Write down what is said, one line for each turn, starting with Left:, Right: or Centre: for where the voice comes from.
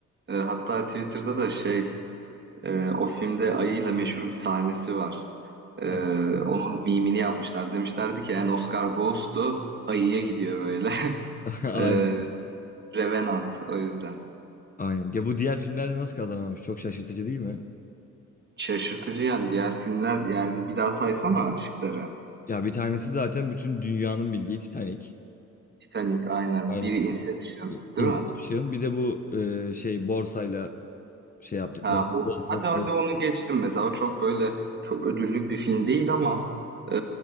Right: E, hatta Twitter'da da şey Ee, o filmde ayıyla meşhur bir sahnesi var. Ee,
Left: Evet.
Right: onun mimini yapmışlar. Demişlerdi ki yani Oscar goes to ayıya gidiyor böyle. <laughs>
Left: <laughs> Aynen.
Right: Ee, Revenant o yüzden.
Left: Aynen. Ya bu diğer filmlerle nasıl kazanamamış? Çok şaşırtıcı değil mi?
Right: Şaşırtıcı yani diğer filmler yani bir daha saysana şıkları.
Left: Ya bir tanesi zaten bütün dünyanın bildiği Titanic.
Right: Titanic aynen.
Left: Aynen.
Right: Biri Inception
Left: Inception.
Right: değil mi?
Left: Bir de bu e, şey borsayla şey yaptıkları.
Right: Ha,
Left: Wolf
Right: bu. Hadi
Left: of
Right: hadi
Left: Wall-
Right: onu geçtim mesela. O çok böyle çok ödüllük bir film değil ama e,